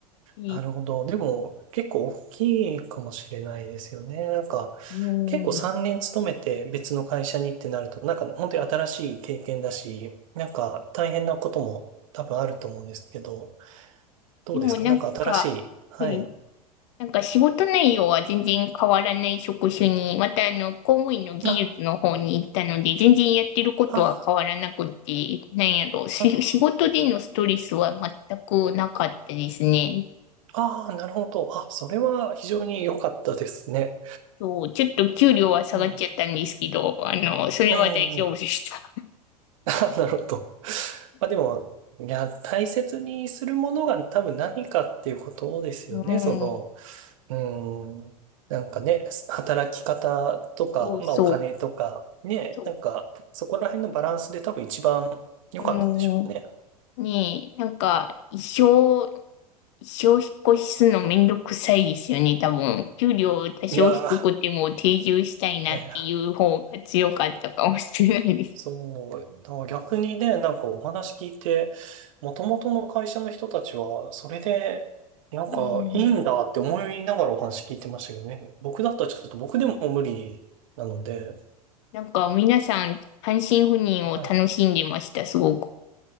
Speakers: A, on the left; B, on the right.
A: い
B: なるほど。でも、結構大きいかもしれないですよね。なんか、
A: うん、
B: 結構3年勤めて別の会社にってなると、なんか本当に新しい経験だし、なんか大変なことも多分あると思うんですけど、どうですかなんか新しい。
A: でもなんか、
B: はい。
A: はい、なんか仕事内容は全然変わらない職種に、またあの、公務員の技術の方に行ったので、
B: あ、
A: 全然やってることは変わらなくて、
B: あ、
A: なんやろう、し、
B: あ、
A: 仕事でのストレスは全くなかったですね。
B: あ、なるほど。あ、それは非常に良かったですね。
A: そう、ちょっと給料は下がっちゃったんですけど、
B: うん。
A: あの、それは大丈夫でした。
B: えええあ、なるほど。まあでも、いや、大切にするものが多分何かっていうことですよね。
A: うん、
B: その、うん。なんかね、働き方とか、
A: そうそう、
B: まあお金とか、ね、
A: そ
B: なんかそこら辺のバランスで多分一番良かったんでしょうね。
A: う。うん、ねえ、なんか、一生、一生引っ越しするのめんどくさいですよね、多分。給料多少低くても定住したいなっていう方が強かったかもしれないです。
B: いやー、いやいや、そう、だから逆にね、なんかお話聞いて、もともとの会社の人たちは、それで、なんかいいんだって思いながらお話聞いてましたけどね。
A: うん、
B: 僕だったらちょっと僕でも無理なので、
A: なんか、皆さん、単身赴任を楽しんでました、
B: はい。
A: すごく。